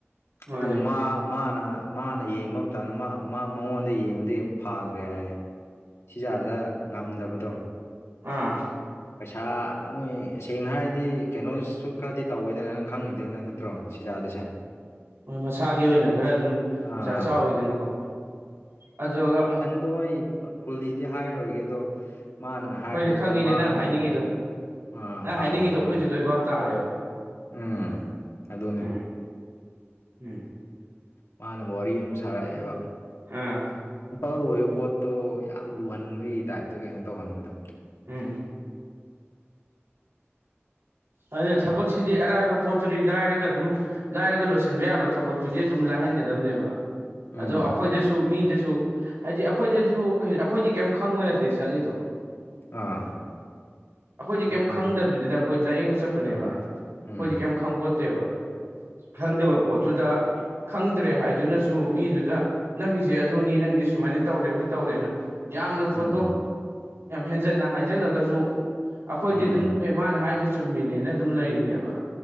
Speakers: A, on the right (about 70°); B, on the left (about 75°).
A: ꯃꯥꯅꯦ
B: ꯑꯗꯣ ꯃꯥ ꯃꯥꯅ ꯃꯥꯅ ꯌꯦꯡꯕ ꯃꯇꯝꯗ ꯃꯥ ꯃꯥ ꯃꯉꯣꯟꯗ ꯌꯦꯡꯕꯗꯩ ꯎꯝ ꯐꯥꯒ꯭ꯔꯦ ꯍꯥꯏ ꯁꯤꯖꯥꯗꯨꯗ ꯉꯝꯗꯕꯗꯣ
A: ꯑꯥ
B: ꯄꯩꯁꯥ ꯃꯣꯏ ꯁꯦꯡꯅ ꯍꯥꯏꯔꯗꯤ ꯀꯩꯅꯣꯁꯨ ꯈꯔꯗꯤ ꯇꯧꯋꯦꯗꯅ ꯅꯪ ꯈꯪꯉꯤꯗꯅ ꯅꯠꯇ꯭ꯔꯣ ꯁꯤꯖꯥꯗꯁꯦ
A: ꯎꯝ ꯃꯁꯥꯒꯤ ꯑꯣꯏꯅ ꯈꯔ ꯑꯗꯨꯝ
B: ꯑꯥ
A: ꯄꯩꯁꯥ ꯆꯥꯎꯋꯤꯗꯅꯀꯣ ꯑꯗꯨꯒ
B: ꯂꯣꯏ ꯐ ꯐꯨꯜꯂꯤꯗꯤ ꯍꯥꯏꯔꯣꯏꯒꯦ ꯑꯗꯣ ꯃꯥꯅ ꯍꯥꯏꯕꯗꯣꯀꯣ
A: ꯍꯣꯏꯅꯦ ꯈꯪꯉꯤꯅꯦ
B: ꯃꯥ
A: ꯅꯪ
B: ꯑꯣꯏꯅ
A: ꯍꯥꯏꯅꯤꯡꯉꯤꯗꯣ
B: ꯑ
A: ꯅꯪ
B: ꯐꯍꯜꯂꯦꯕ
A: ꯍꯥꯏꯅꯤꯡꯉꯤꯗꯣ ꯑꯩꯈꯣꯏꯁꯨ ꯂꯣꯏ ꯚꯥꯞ ꯇꯥꯔꯦꯕ
B: ꯎꯝ ꯑꯗꯨꯅꯦ
A: ꯎꯝ ꯎꯝ
B: ꯃꯥꯅ ꯋꯥꯔꯤ ꯑꯃꯨꯛ ꯁꯥꯔꯛꯑꯦꯕ
A: ꯑꯥ
B: ꯂꯧꯔꯣꯏꯌꯦ ꯄꯣꯠꯇꯣ ꯌꯥꯝ ꯂꯨꯍꯟꯕꯒꯤ ꯇꯥꯏꯞꯇ ꯀꯩꯅꯣ ꯇꯧꯍꯟꯕꯗꯣ
A: ꯎꯝ ꯑꯗꯨꯅ ꯊꯕꯛꯁꯤꯗꯤ ꯑꯔꯥꯏꯕ ꯄꯣꯠꯇꯨꯗꯤ ꯂꯥꯏꯔꯒ ꯑꯗꯨꯝ ꯂꯥꯏꯔꯒ ꯂꯣꯏꯁꯟꯕ ꯌꯥꯕ ꯊꯕꯛꯇꯨꯗꯤ ꯑꯗꯨꯝ ꯂꯥꯏꯍꯟꯒꯗꯕꯅꯦꯕ
B: ꯎꯝ
A: ꯑꯗꯣ ꯑꯩꯈꯣꯏꯗꯁꯨ ꯃꯤꯗꯁꯨ ꯍꯥꯏꯗꯤ ꯑꯩꯈꯣꯏꯗꯁꯨ ꯀꯩ ꯑꯩꯈꯣꯏꯗꯤ ꯀꯩꯝ ꯈꯪꯕ ꯅꯠꯇꯦ ꯆꯠꯂꯤꯗꯣ
B: ꯑꯥ
A: ꯑꯩꯈꯣꯏꯗꯤ
B: ꯁꯦꯡꯉꯦ
A: ꯀꯩꯝ ꯈꯪꯗꯕꯅꯤꯅ ꯑꯩꯈꯣꯏꯗꯤ ꯂꯥꯏꯌꯦꯡꯕ ꯆꯠꯄꯅꯦꯕ
B: ꯎꯝ
A: ꯑꯩꯈꯣꯏꯗꯤ
B: ꯎꯝ
A: ꯀꯩꯝ ꯈꯪꯄꯣꯠꯇꯦꯕ ꯈꯪꯗꯕ ꯄꯣꯠ ꯄꯣꯠꯇꯨꯗ ꯈꯪꯗ꯭ꯔꯦ ꯍꯥꯏꯗꯨꯅꯁꯨ ꯃꯤꯗꯨꯗ ꯅꯪꯒꯤꯁꯦ ꯑꯗꯨꯅꯤ ꯅꯪꯗꯤ ꯁꯨꯃꯥꯏꯅ ꯇꯧꯔꯦ ꯑꯗꯨ ꯇꯧꯔꯦꯅ ꯌꯥꯝꯅ ꯄꯣꯠꯇꯣ
B: ꯎꯝ
A: ꯌꯥꯝ ꯍꯦꯟꯖꯟꯅ ꯍꯥꯏꯖꯜꯂꯒꯁꯨ ꯑꯩꯈꯣꯏꯗꯤ
B: ꯎꯝ
A: ꯑꯗꯨꯝ ꯑꯦ ꯃꯥꯅ ꯍꯥꯏꯗꯨ ꯆꯨꯝꯃꯤꯅꯦꯅ ꯑꯗꯨꯝ ꯂꯩꯔꯤꯅꯦꯕ